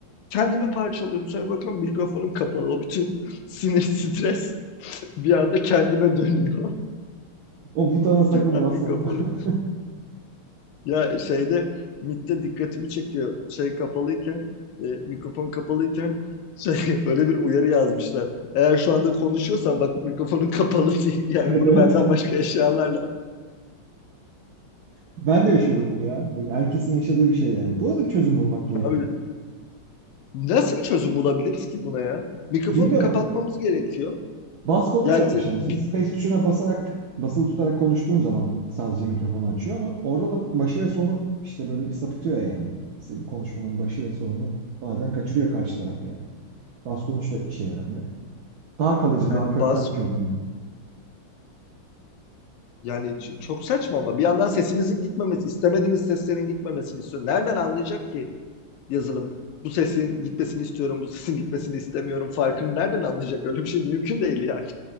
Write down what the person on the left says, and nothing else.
Kendimi parçalıyorum. Sonra bakıyorum mikrofonum kapalı. O bütün sinir, stres <laughs> bir anda kendime dönüyor. <laughs>
Ben
mikrofonu
ya şeyde MIT'te dikkatimi çekiyor. Şey kapalıyken e, mikrofon kapalıyken <laughs> şey, öyle bir uyarı yazmışlar. Eğer şu anda konuşuyorsan bak mikrofonun kapalı <laughs> diye. Yani
bunu
benden başka yaşayanlarla.
Abi nasıl bir çözüm bulabiliriz ki buna ya? Mikrofonu
kapatmamız gerekiyor.
Yani,
bir,
yani
bas
Yani ç- çok saçma ama bir yandan sesimizin gitmemesi, istemediğimiz seslerin gitmemesini istiyor. Nereden anlayacak ki yazılım? Bu sesin gitmesini istiyorum, bu sesin gitmesini istemiyorum. Farkını nereden anlayacak? Öyle bir şey mümkün değil yani.